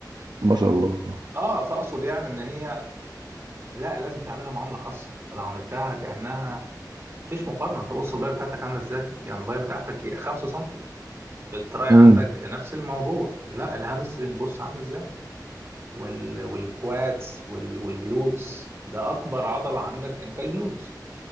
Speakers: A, on the right (about 75°); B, on the right (about 35°).
A: ما شاء الله
B: اه فاقصد يعني ان هي لا لازم تعملها معامله خاصه انت لو عملتها كانها مفيش مقارنه انت بص الباقي بتاعتك عامله ازاي يعني الباقي بتاعتك 5 سم التراي
A: امم
B: عندك نفس الموضوع لا الهامسترنج بص عامله ازاي وال والكوادس وال والجلوتس ده اكبر عضله عندك انت الجلوتس